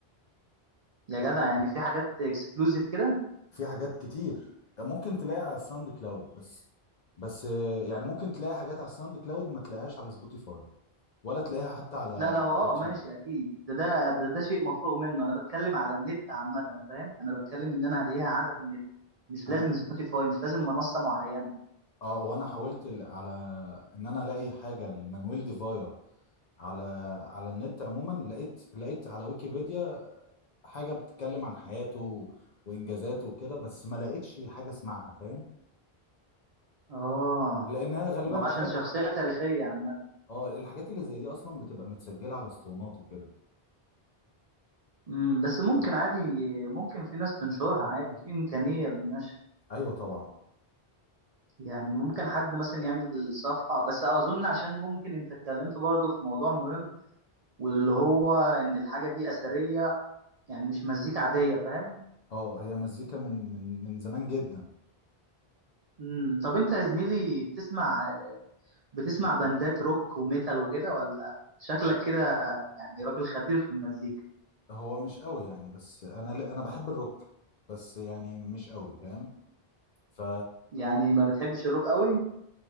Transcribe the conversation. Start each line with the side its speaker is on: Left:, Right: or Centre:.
Right: يا جدع يعني في حاجات اكسكلوزيف كده
Left: في حاجات كتير ممكن تلاقي على الساوند كلاود بس بس آه، يعني ممكن تلاقي حاجات على الساوند كلاود ما تلاقيهاش على سبوتيفاي ولا تلاقيها حتى على
Right: لا لا هو
Left: يوتيوب
Right: اه ماشي اكيد ده ده ده, ده شيء مفروغ منه انا بتكلم على النت عامه فاهم انا بتكلم ان انا هلاقيها على النت مش
Left: انا
Right: لازم سبوتيفاي مش لازم منصه معينه يعني
Left: اه وانا حاولت ال- على ان انا الاقي حاجه لمانويل ديفايا على على النت عموما لقيت لقيت على ويكيبيديا حاجة بتتكلم عن حياته وإنجازاته وكده بس ما لقيتش حاجة اسمعها فاهم
Right: اه
Left: لأنها غالبا
Right: ما هو
Left: حاجات
Right: عشان شخصيه تاريخيه عامه
Left: اه الحاجات اللي زي دي أصلا بتبقى متسجلة على اسطوانات وكده
Right: مم، بس ممكن عادي ممكن في ناس تنشرها عادي في إمكانية للنشر
Left: أيوة طبعا
Right: يعني ممكن حد مثلا يعمل صفحة بس أظن عشان ممكن أنت اتكلمت برضه في موضوع مهم واللي هو إن الحاجة دي أثرية يعني مش مزيكا عادية فاهم؟
Left: اه هي مزيكا من من من زمان جدا
Right: مم، طب أنت يا زميلي بتسمع بتسمع باندات روك وميتال وكده ولا شكلك كده يعني راجل خبير في المزيكا
Left: هو مش قوي يعني بس أنا ل- أنا بحب الروك بس يعني مش قوي فاهم ف
Right: يعني ما بتحبش الروك قوي؟